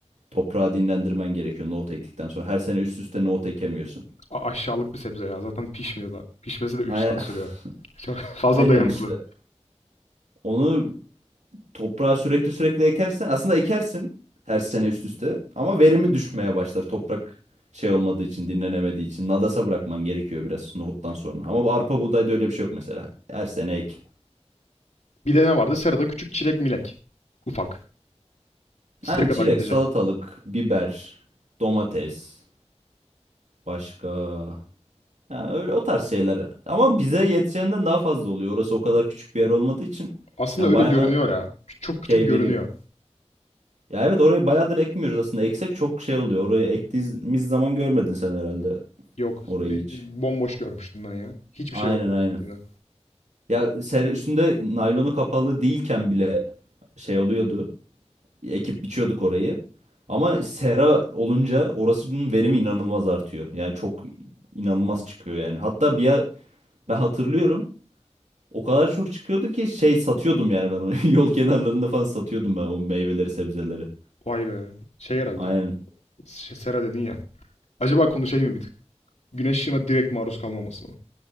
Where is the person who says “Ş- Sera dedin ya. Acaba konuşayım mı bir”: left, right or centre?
Left